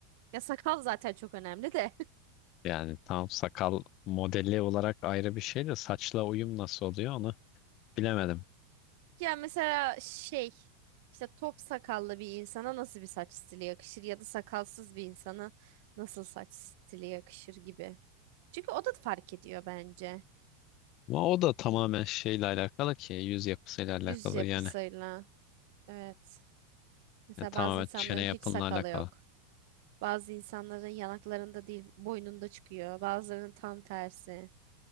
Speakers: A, on the right; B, on the left.
A: Ya sakal zaten çok önemli de. <laughs>
B: Yani tam sakal modeli olarak ayrı bir şey de saçla uyum nasıl oluyor onu bilemedim.
A: Ya mesela şey işte top sakallı bir insana nasıl bir saç stili yakışır ya da sakalsız bir insana nasıl saç stili yakışır gibi. Çünkü o da fark ediyor bence.
B: Ama o da tamamen şeyle alakalı ki yüz yapısıyla alakalı
A: Yüz yapısıyla.
B: yani.
A: Evet. Mesela
B: Yani tamamen
A: bazı insanların
B: çene yapınla
A: hiç sakalı
B: alakalı.
A: yok. Bazı insanların yanaklarında değil boynunda çıkıyor. Bazılarının tam tersi.